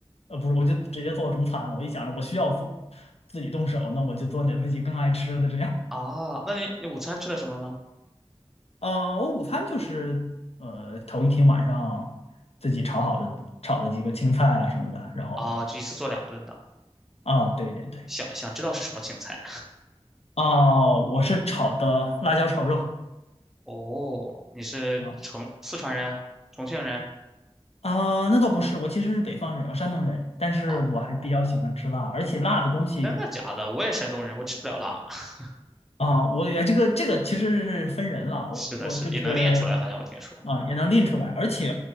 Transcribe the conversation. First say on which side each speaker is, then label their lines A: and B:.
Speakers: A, on the left (about 75°); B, in the centre.
A: 呃，不是，我就直接做中餐了。我一想着我需要做自己动手，那我就做点自己更爱吃的这样。
B: 啊。那你你午餐吃的什么呢？
A: 呃，我午餐就是呃头一天晚上自己炒好的炒的几个青菜啊什么的，然后
B: 啊，就一次做两顿的。
A: 啊，对对对，
B: 想想知道是什么青菜？
A: 啊，我是炒的辣椒炒肉
B: <laughs> 哦，你是成四川人，
A: 啊
B: 重庆人？
A: 啊，那倒不是，我其实是北方人，我山东人，但是我还比较喜欢吃辣，
B: 哦，
A: 而且辣的东西
B: 真的假的？我也山东人，我吃不了辣。<laughs>
A: 啊，我也这个这个其实是分人了，
B: 是的，
A: 我我就是
B: 是的，也能练出来，好像我听说。
A: 啊也能练出来，而且